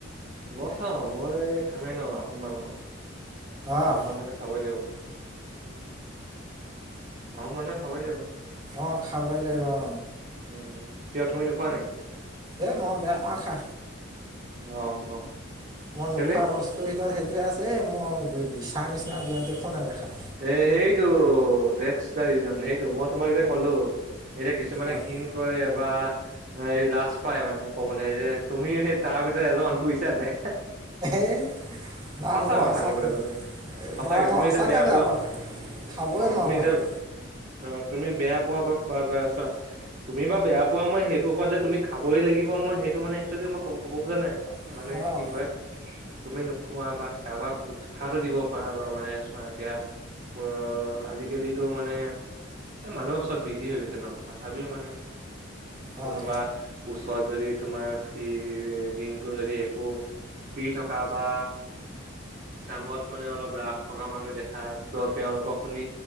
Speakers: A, on the right; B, on the right.
A: মই খাওঁ মই খামেই ন আহোম মানুহ,
B: অঁ
A: আহোম মানুহেত খাবই লাগিব। অ মন খাবাই লাগিব।
B: অ খাবই লাগিব অ।
A: উম, কিয় তুমি নোখোৱা নেকি?
B: এ মই বেয়া পাওঁ খা
A: অ অ।
B: মই নোখোৱা
A: কেলে
B: বস্তুৰ ভিতৰত সেইটোৱে আছে, মই বিছা নিচিনা ল দেখো নাই দেখা
A: সে সেইটো দে এক্সট্ৰা ৰিজন সেইটো মই তোমাক যেতিয়া ক'লো এতিয়া কিছুমানে
B: অঁ
A: ঘিণ কৰে বা এই লাজ পাই মানে কবলৈ এ তুমিও সেই তাৰ ভিতৰত এজন বুজিছা নাই
B: এ বাৰ
A: সঁচা
B: মই
A: কথা
B: সঁচাকে
A: ক'বলৈ গ'লে সঁচাকে
B: বাৰ মই
A: তুমি
B: সঁচাকে
A: এতিয়া
B: বেয়া
A: পোৱা
B: পাওঁ খাবই
A: অ
B: নোৱাৰো
A: তুমি
B: মই
A: এতিয়া
B: সেটো
A: অ তুমি বেয়া পোৱা বা খোৱা বেয়া চোৱা তুমি বা বেয়া পোৱা মই সেইটো ওপৰত যে তুমি খাবই লাগিব মই সেইটো মানে একশ্যলি মই কব ক'ব খোজা নাই,
B: সেইটো
A: মানে
B: অঁ
A: কি হয় তুমি নোখোৱা বা কাৰোবাক উৎসাহটো দিব পাৰা ন মানে চোৱা এতিয়া অ আজিকালিতো মানে এ মানুহ চব বিজি হৈ গৈছে ন তথাপিও মানে
B: অঁ অঁ
A: কোনোবা ওচ ত যদি তোমাৰ সি দিনটো যদি একো ফ্ৰী থকা বা কামত মানে অলপ ৰাপ থকা মানুহ দেখা ত' তেওঁলোকক তুমি